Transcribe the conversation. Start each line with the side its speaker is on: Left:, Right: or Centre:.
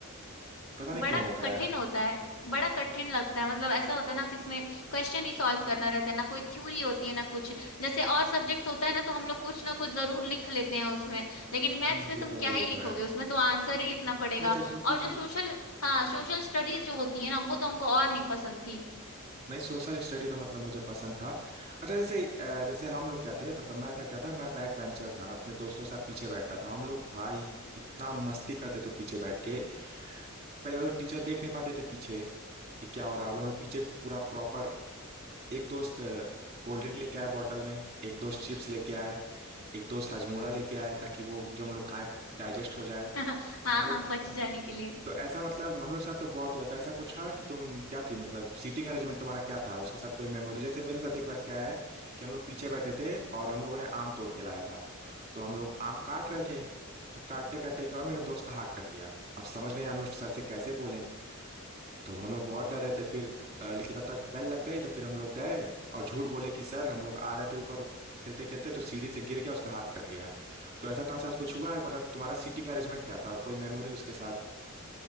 Right: पता
Left: बड़ा
Right: नहीं क्यों होता
Left: कठिन
Right: है
Left: होता है बड़ा कठिन लगता है मतलब ऐसा होता है ना कि इसमें क्वेश्चन ही सॉल्व करना रहता है ना कोई थ्योरी होती है ना कुछ जैसे और सब्जेक्ट्स होता है ना तो हम लोग कुछ ना कुछ जरूर लिख लेते हैं उसमें लेकिन मैथ्स
Right: हम्म
Left: में
Right: ये
Left: तुम
Right: तो
Left: क्या
Right: है
Left: ही
Right: ये
Left: लिखोगे
Right: तो है
Left: उसमें तो आंसर ही लिखना पड़ेगा
Right: अच्छा जैसे कि
Left: और जो सोशल हाँ सोशल स्टडीज जो होती है ना वो तो हमको और नहीं पसंद थी
Right: नहीं सोशल स्टडी तो मतलब मुझे पसंद था अच्छा जैसे अ, जैसे हम लोग क्या थे मतलब मैं था क्या था मैं बैक बेंचर था मैं अपने दोस्तों के साथ पीछे बैठता था हम लोग भाई इतना मस्ती करते थे पीछे बैठ के पहली बार तो टीचर देख नहीं पाते थे पीछे कि क्या हो रहा है और हम लोग पीछे पूरा प्रॉपर एक दोस्त कोल्ड ड्रिंक लेके आए बॉटल में एक दोस्त चिप्स लेके आए एक दोस्त हजमोला लेके आए ताकि वो जो हम लोग खाएं डाइजेस्ट हो जाए
Left: <laughs> हाँ
Right: हम लोग
Left: हाँ पच जाने के लिए
Right: तो ऐसा मतलब हम लोग के साथ तो बहुत हुआ था ऐसा कुछ था कि तुम क्या थी मतलब सीटिंग अरेंजमेंट तुम्हारा क्या था उसके साथ कोई मेमोरी जैसे मेरे साथ एक बार क्या है कि हम लोग पीछे बैठे थे और हम लोगों ने आम तोड़ के लाया था तो हम लोग आम काट रहे थे तो काटते काटते क्या हुआ मेरे दोस्त का हाथ कट गया अब समझ नहीं हम लोग सर से कैसे बोले तो हम लोग बहुत डर रहे थे फिर अ, लेकिन तब तक बेल लग गई तो फिर हम लोग गए और झूठ बोले कि सर हम लोग आ रहे थे ऊपर खेलते खेलते तो सीढ़ी से गिर गया उसका हाथ कट गया तो ऐसा तुम्हारे साथ कुछ हुआ है मतलब तुम्हारा सीटिंग अरेंजमेंट क्या था और कोई मेमोरी उसके साथ